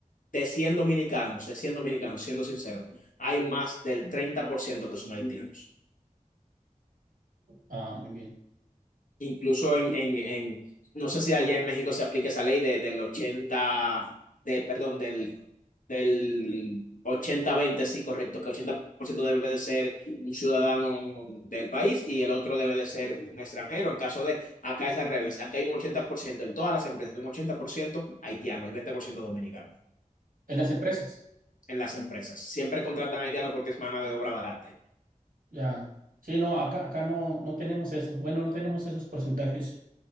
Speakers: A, on the left (about 70°); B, on the right (about 85°).
A: de cien dominicanos, de 100 dominicanos, siendo sincero, hay más del 30% que son haitianos.
B: Ah, muy bien.
A: Incluso en, en, en, no sé si allá en México se aplica esa ley de, del 80 de, perdón, del del ochenta veinte sí, correcto, que 80% debe de ser un ciudadano del país y el otro debe de ser un extranjero. En caso de, acá es al revés, acá hay un 80% en todas las empresas, un 80% haitiano y 20% dominicano
B: En las empresas,
A: en las empresas. Siempre contratan haitianos porque es mano de obra barata.
B: ya. Sí, no, acá, acá no, no tenemos eso. Bueno, no tenemos esos porcentajes.